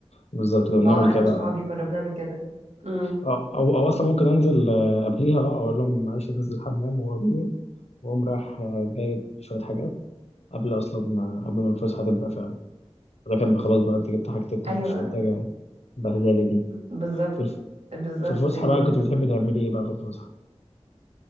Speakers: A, on the left; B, on the right.
A: بالظبط كنا بنعمل
B: اه
A: كده
B: انا وصحابي
A: اه
B: كنا بنعمل كده امم
A: آه، او او اصلا ممكن انزل آه، قبليها اه اقول لهم معلش انزل الحمام وهو بيه واقوم رايح آه، جايب شويه حاجات قبل اصلا آه، قبل ما الفسحه تبدا فعلا ده كان خلاص بقى انت جبت حاجتكم
B: ايوه
A: مش محتاجه البهدله دي
B: بالظبط
A: في الف-
B: بالظبط
A: في الفسحه
B: كده
A: بقى كنت بتحبي تعملي ايه بقى في الفسحه؟